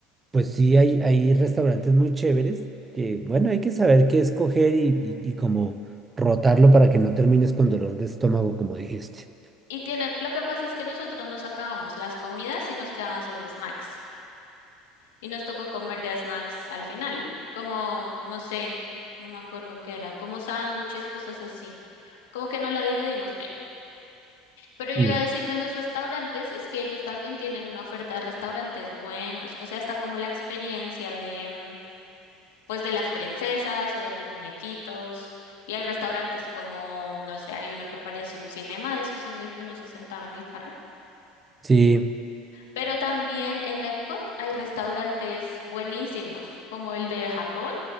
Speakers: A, on the right; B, on the left.
A: pues sí, hay, hay restaurantes muy chéveres que, bueno, hay que saber qué escoger y, y, y cómo rotarlo para que no termines con dolor de estómago, como dijiste.
B: Y tienen, lo que pasa es que nosotros nos acabamos las comidas y nos quedaban solo snacks. Y nos tocó comer de a snacks al final, como, no sé, no me acuerdo qué eran, como sándwiches, cosas así. Como que no la dividimos bien. Pero yo
A: Sí,
B: iba a decir de los restaurantes, es que ellos también tienen una oferta de restaurantes buenos. O sea, hasta como la experiencia de, mm, pues de las princesas o de los muñequitos. Y hay restaurantes como, no sé, hay uno que parece un cinema de esos en el que uno se sentaba en el carro.
A: Sí,
B: Pero también en Epcot hay restaurantes buenísimos, como el de Japón.